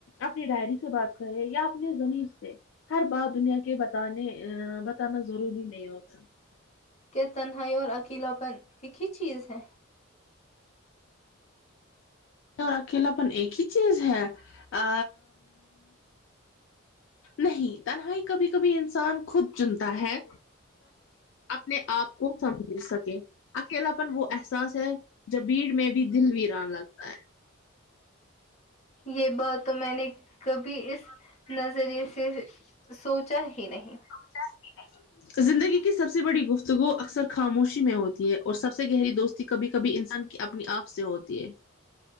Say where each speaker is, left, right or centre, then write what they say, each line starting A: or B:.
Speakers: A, on the left (about 60°); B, on the left (about 30°).
A: اپنی ڈائری سے بات کرے یا اپنے زمیر سے ہر بات دنیا کے بتانے بتانا ضروری نہیں ہوتا
B: کیا تنہائی اور اکیلاپن ایک ہی چیز ہے
A: ہاں اور اکیلا پن ایک ہی چیز ہے ا نہیں تنہائی کبھی کبھی انسان خود چنتا ہے اپنے آپ کو سمجھ سکے اکیلاپن وہ احساس ہے جب بھیڑ میں بھی دل ویران لگتا ہے
B: یہ بات تو میں نے کبھی اس نظریے سے سوچا ہی نہیں
A: سوچا ہی نہیں زندگی کی سب سے بڑی گفتگو اکثر خاموشی میں ہوتی ہے اور سب سے گہری دوست کبھی کبھی انسان کی اپنی آپ سے ہوتی ہے